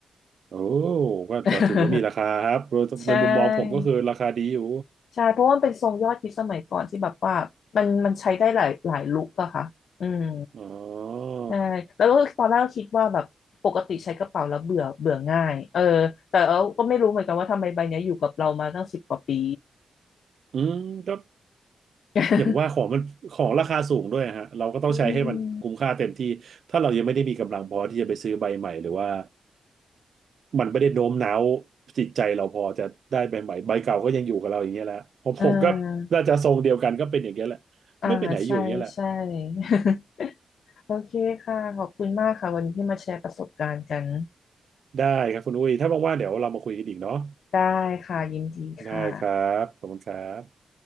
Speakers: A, on the right; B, on the left.
A: โอ้ก็จะถือว่ามีราคาครับโดยในมุมมองผมก็คือราคาดีอยู่
B: <laughs> ใช่ใช่เพราะว่ามันเป็นทรงยอดฮิตสมัยก่อนที่แบบว่ามันมันใช้ได้หลายหลายลุคอะค่ะอืม
A: อ๋อ
B: ใช่แล้วก็ตอนแรกก็คิดว่าแบบปกติใช้กระเป๋าแล้วเบื่อเบื่อง่ายเออแต่เราก็ไม่รู้เหมือนกันว่าทำไมใบเนี้ยอยู่กับเรามาตั้งสิบกว่าปี
A: อืมก็
B: <laughs>
A: อย่างว่าของมันของราคาสูงด้วยฮะเราก็ต้องใช้ให้มันคุ้มค่าเต็มที่ถ้าเรายังไม่ได้มีกำลังพอที่จะไปซื้อใบใหม่หรือว่า
B: อืม
A: มันไม่ได้โน้มน้าวจิตใจเราพอจะได้ใบใหม่ใบเก่าก็ยังอยู่กับเราอย่างเงี้ยแหละผมผมก็น่าจะทรงเดียวกันก็เป็นอย่างเงี้ยแหละไม่ไปไหนอยู่อย่างเงี้ยแหละ
B: อ่าอ่าใช่ใช่ <laughs> โอเคค่ะขอบคุณมากค่ะวันนี้ที่มาแชร์ประสบการณ์กัน
A: ได้ครับคุณอุ้ยถ้าว่างๆเดี๋ยวเรามาคุยกันอีกเนาะ
B: ได้ค่ะยินดีค่ะ
A: ได้ครับขอบคุณครับ